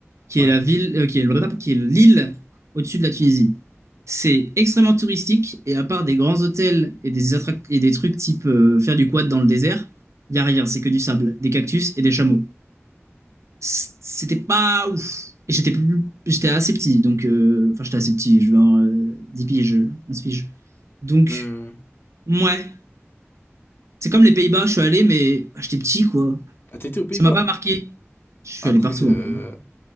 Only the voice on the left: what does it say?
Ouais.
Hmm.
Ah, t'as été aux Pays-Bas?
Après,
euh,